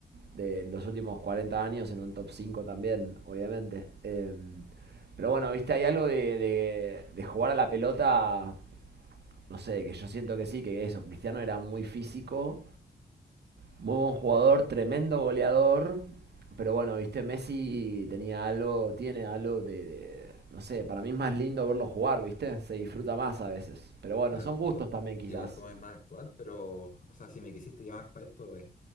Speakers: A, on the right; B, on the left.
A: De los últimos 40 años, en un top 5 también, obviamente. Eh, pero bueno, viste, hay algo de, de, de jugar a la pelota, no sé, que yo siento que sí, que eso, Cristiano era muy físico, muy buen jugador, tremendo goleador. Pero bueno, viste, Messi tenía algo, tiene algo de, de- no sé, para mí es más lindo verlo jugar, viste, se disfruta más a veces. Pero bueno,
B: claro.
A: son gustos
B: Igual,
A: también quizás.
B: igual como es más actual, pero, o sea, si me quisiste llamar para esto, eh,